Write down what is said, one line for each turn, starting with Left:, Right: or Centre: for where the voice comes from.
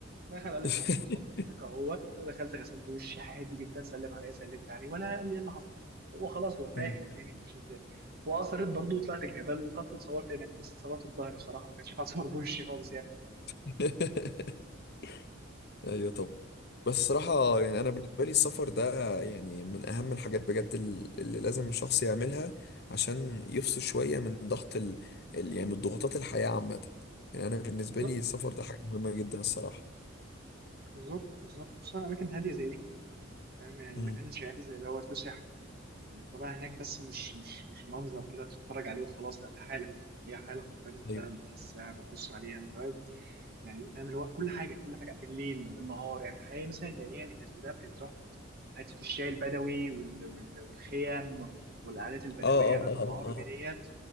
Right: دخل قال لي
Left: <laughs>
Right: الحمام اتفضل هناك اهوت دخلت غسلت وشي عادي جدا سلم عليا سلمت عليه ولا قال لي ايه اللي حصل هو خلاص هو فاهم
Left: مم.
Right: الدنيا ماشيه ازاي واثرت برضه وطلعت الجبل وخدت اتصورت هناك بس اتصورت بظهري بصراحه ما كانش ينفع اتصور بوشي خالص يعني
Left: <laughs> ايوه طبعا بس صراحة يعني انا بالنسبة لي السفر ده يعني من اهم الحاجات بجد ال- اللي لازم الشخص يعملها عشان يفصل شوية من ضغط ال... ال... يعني من ضغوطات الحياة عامة يعني انا بالنسبة
Right: بس
Left: لي السفر ده حاجة مهمة جدا الصراحة
Right: بالظبط بالظبط خصوصا اماكن هاديه زي دي فاهم يعني
Left: امم
Right: مكان شعبي زي دوت له سحر طبعا هناك بس مش مش مش منظر كده بتتفرج عليه وخلاص لا ده حاله هي حاله حرفيا انت
Left: ايوه
Right: بتحسها بتبص عليها انت واقف يعني فاهم اللي هو كل حاجه كل حاجه بالليل بالنهار يعني الحياه مثلا الليليه اللي كانت في دهب كانت تحفه حته الشاي البدوي وال... وال... والخيام والعادات البدويه
Left: اه اه
Right: العادات العربي
Left: اه
Right: ديت